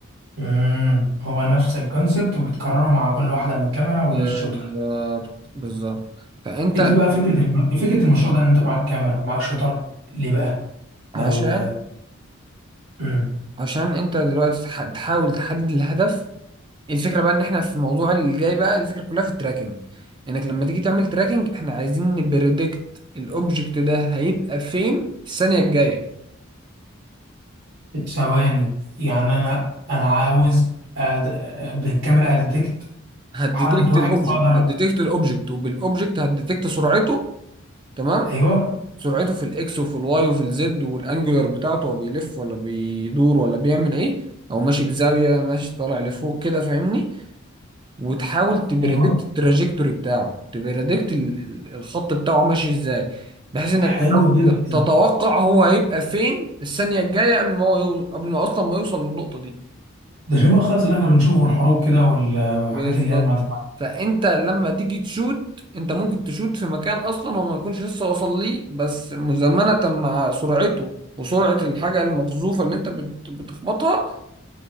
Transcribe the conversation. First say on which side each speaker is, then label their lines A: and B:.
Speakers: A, on the right (about 65°); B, on the right (about 25°).
A: امم هو نفس الكونسبت وبتكرره مع كل واحده من الكاميرا والشوتر
B: بالظبط بالظبط فانت
A: انت بقى فكره الم... فكره المشروع ده ان انت معاك كاميرا ومعاك شوتر ليه بقى
B: عشان
A: لو امم
B: عشان انت دلوقتي تح- تحاول تحدد الهدف الفكره بقى ان احنا في الموضوع اللي جاي بقى الفكره كلها في التراكنج انك لما تيجي تعمل تراكنج احنا عايزين نبريدكت الاوبجكت ده هيبقى فين الثانيه الجايه
A: ثواني يعني انا انا عاوز أد... بالكاميرا اديتكت
B: هتديتكت
A: حركه واحد
B: الاوبجكت
A: فاقدر
B: هتديتكت الاوبجكت وبالاوبجكت هتديتكت سرعته تمام
A: ايوه
B: سرعته في الاكس وفي الواي وفي الزد والانجولار بتاعته هو بيلف ولا بيدور ولا بيعمل ايه او ماشي بزاويه ماشي طالع لفوق كده فاهمني وتحاول تبريدكت
A: ايوه
B: التراجكتوري بتاعه تبريدكت ال- ال- الخط بتاعه ماشي ازاي بحيث انك
A: حلو
B: تحاول
A: جدا
B: تتوقع هو هيبقى فين الثانية الجاية قبل ما هو يو... قبل ما اصلا ما يوصل للنقطة دي
A: ده شبه خالص اللي احنا بنشوفه الحروب كده والحاجات
B: بالظبط
A: اللي هي المعدات
B: فانت لما تيجي تشوت انت ممكن تشوت في مكان اصلا هو ما يكونش لسه وصل ليه بس مزامنة مع سرعته وسرعة الحاجة المقذوفة اللي انت بت... بتخبطها